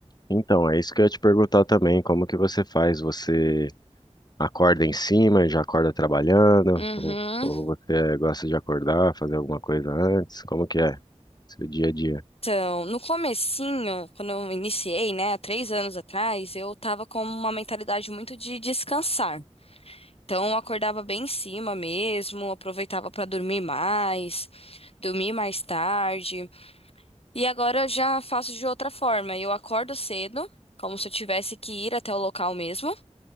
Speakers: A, on the left (about 35°); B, on the left (about 55°).
A: Então, é isso que eu ia te perguntar também, como que você faz? Você acorda em cima, e já acorda trabalhando?
B: Uhum.
A: Ou, ou você gosta de acordar, fazer alguma coisa antes? Como que é seu dia a dia?
B: Então, no comecinho, quando eu iniciei, né, há três anos atrás, eu tava com uma mentalidade muito de descansar. Então, eu acordava bem em cima mesmo, aproveitava para dormir mais, dormir mais tarde. E agora eu já faço de outra forma. Eu acordo cedo, como se eu tivesse que ir até o local mesmo,